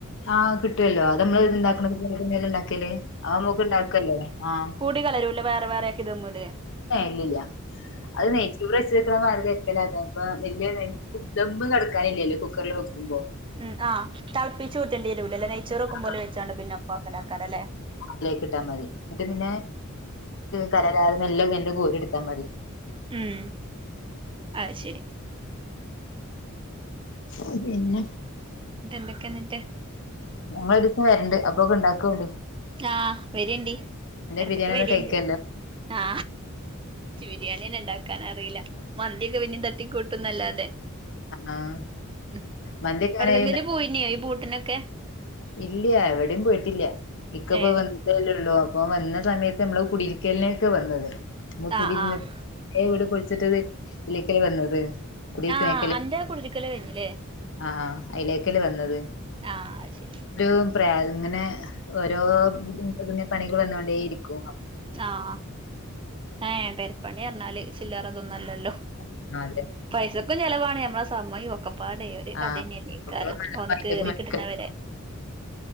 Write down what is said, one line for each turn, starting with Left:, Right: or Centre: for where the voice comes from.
Left: ആഹ് കിട്ടുവല്ലോ അത് നമ്മള് ഇണ്ടാക്കുന്നത് ന്നെല്ലാം ഇണ്ടാക്കിയല്ലേ അവ നമുക്ക് ഇണ്ടാക്കല്ലോ ആഹ്
Right: കുടി കലരൂല്ലേ വേറെ വേറെ ആക്കി ദമ്മടെ
Left: ഇല്ലല്ല അത് നെയ്ച്ചോർ വെച്ചിക്കണ നാ ക്ക അതെ അപ്പ വലിയ ദമ്മ് കടക്കാനില്ലല്ലോ കുക്കറിൽ വെക്കുമ്പോ
Right: ഉം ആ തളപ്പിച്ച് ഊറ്റണ്ടിരൂല്ല അല്ലേ നെയ്ച്ചറൊക്കെ
Left: ആ
Right: പോലെ വെച്ചണ്ട് പിന്നെ ഒപ്പാക്കലക്കാര അല്ലെ
Left: അതിലേക്ക് ഇട്ടാ മതി എന്നിട്ട് പിന്നെ കലരാതെ നല്ല നല്ല കോരി എടുത്താ മതി
Right: ഉം അ ശരി
Left: അതന്നെ
Right: ഇത് എന്തൊക്കെയ എന്നിട്ട്
Left: ഞങ്ങൾ ഒരു ദിവസം വരണ്ട് അപ്പൊക്കെ ഇണ്ടാക്കോണ്ടി
Right: ആഹ് വരണ്ടി ഇടക്കെ
Left: ബിരിയാണി
Right: വരിയണ്ട്
Left: ഒന്നും കഴിക്കല്ലോ
Right: ആ ബിരിയാണിന്നെ ഇണ്ടാ- കാനാറിയില്ല മന്തിയോക്കെ പിന്നെ തട്ടി കൂട്ടുംന്നല്ലാതെ
Left: ആഹ്
Right: ഉം
Left: മന്തിയൊക്കെ
Right: എവിടക്കെങ്കിലു
Left: എങ്ങനെ ഉണ്ടാ
Right: പോയിനോ ഈ പൂട്ടിനൊക്കെ
Left: ഇല്ല എവിടെയും പോയിട്ടില്ല ഇക്കപ്പോ
Right: ഏഹ്
Left: വന്നിട്ടേല്ലേ ഉള്ളൂ ഇപ്പൊ വന്ന സമയത്ത് നമ്മള് കുടിയിരിക്കലേക്കെ വന്നത് ന കുടിരുന്നിട്
Right: ആഹ് ആഹ്
Left: ഇവിടെ പോയി <unintelligible> ഇലക്കൽ വന്നത് കുടേക്കല
Right: ആഹ് അന്റെ കുടിര്ക്കല് കഴിഞ്ഞില്ലേ
Left: ആ അയ്ലേക്കല്ലേ വന്നത്.
Right: ആഹ് അ ശരി.
Left: പ്പം പ്രേ ഇങ്ങനെ ഓരോ <unintelligible> പണികള് വന്നൊണ്ടേയിരിക്കും.
Right: ആഹ് ഏഹ് പെര്പ്പണി അർഞ്ഞാല് ചില്ലറ തൊന്നല്ലല്ലോ.
Left: ആഹ് അതെ.
Right: പൈസക്കും ചെലവാണ്. ഞമ്മളെ സമയും ഒക്കെ പ്പാടെ ഒര് കഥന്നെല്ലേക്കാരം
Left: ആഹ് നമ്മള്
Right: ഒന്ന്
Left: ഒറ്റക്ക്
Right: കേറി
Left: മെനക്കെടും.
Right: കിട്ട്ണ വരെ.